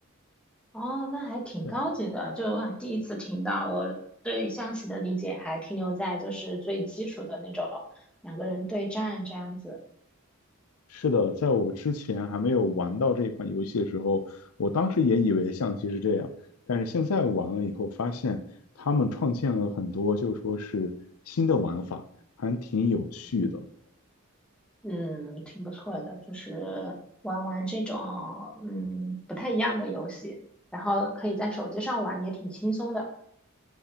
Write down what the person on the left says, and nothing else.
对，
是的，在我之前还没有玩到这款游戏的时候，我当时也以为象棋是这样，但是现在玩了以后发现，他们创建了很多就说是新的玩法，还挺有趣的。